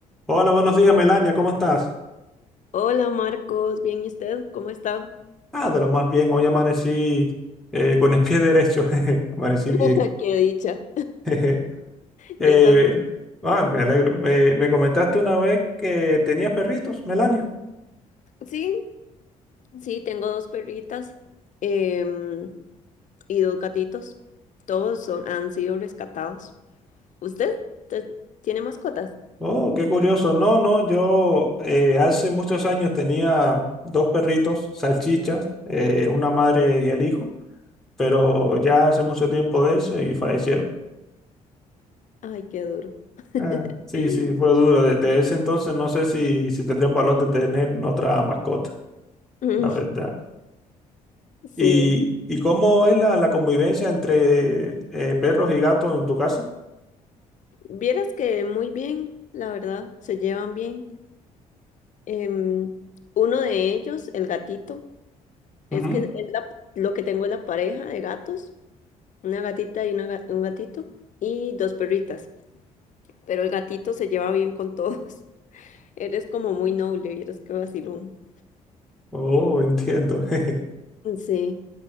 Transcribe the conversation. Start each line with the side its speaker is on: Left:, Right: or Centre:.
Centre: Hola, buenos días, Melania, ¿cómo estás?
Left: Hola Marcos, bien, ¿y usted? ¿Cómo está?
Centre: Ah, de lo más bien, hoy amanecí eh, con el pie derecho, <laughs> jeje, amanecí
Left: <laughs>
Centre: bien.
Left: Qué dicha.
Centre: <laughs> jeje. Eh,
Left: Yo también.
Centre: ah, me alegro. Eh, me comentaste una vez que tenías perritos, Melania.
Left: Sí, sí, tengo dos perritas em, y dos gatitos. Todos son, han sido rescatados. ¿Usted? ¿Te- ¿Tiene mascotas?
Centre: Oh, qué curioso. No, no, yo eh, hace muchos años tenía dos perritos, salchichas, eh, una madre y el hijo, pero ya hace mucho tiempo de eso y fallecieron.
Left: Ay, qué duro. <laughs>
Centre: Ah, sí, sí, fue duro. Desde ese entonces no sé si, si tendría el valor de tener otra mascota.
Left: Mm,
Centre: la verdad.
Left: Sí,
Centre: ¿Y, y cómo es la, la convivencia entre eh, perros y gatos en tu casa?
Left: vieras que muy bien, la verdad, se llevan bien. Em, uno de ellos, el gatito,
Centre: Ujú.
Left: es que es la- lo que tengo es la pareja de gatos. una gatita y una ga- un gatito y dos perritas. Pero el gatito se lleva bien con todos. <laughs> Eres como muy noble, vieras qué vacilón.
Centre: Oh, entiendo. <laughs>
Left: Sí,